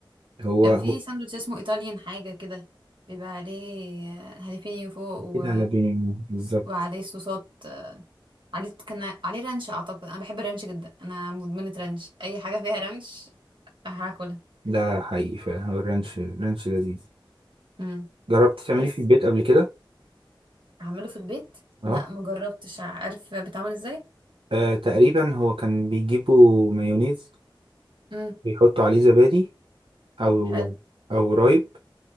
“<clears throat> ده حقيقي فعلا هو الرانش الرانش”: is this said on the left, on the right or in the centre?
Right